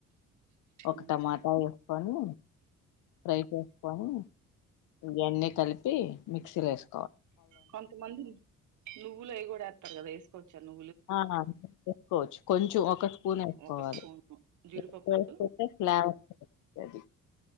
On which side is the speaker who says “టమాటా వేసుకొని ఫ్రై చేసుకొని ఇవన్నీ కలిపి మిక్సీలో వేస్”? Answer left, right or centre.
Left